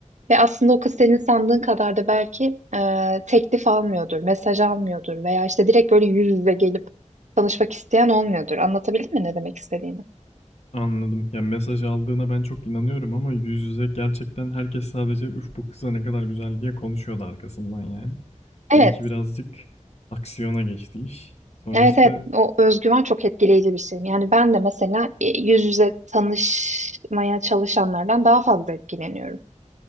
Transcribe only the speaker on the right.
Ve aslında o kız senin sandığın kadar da belki e, teklif almıyordur, mesaj almıyordur veya işte direkt böyle yüz yüze gelip tanışmak isteyen olmuyordur. Anlatabildim mi ne demek istediğimi?
Evet,
evet,
evet. O özgüven çok etkileyici bir şey. Yani ben de mesela e, yüz yüze tanışmaya çalışanlardan daha fazla etkileniyorum.